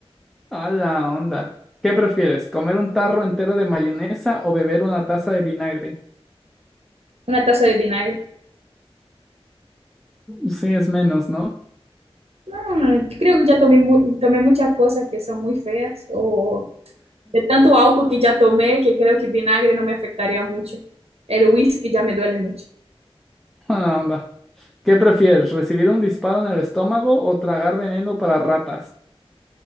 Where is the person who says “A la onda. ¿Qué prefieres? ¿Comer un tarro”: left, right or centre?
Centre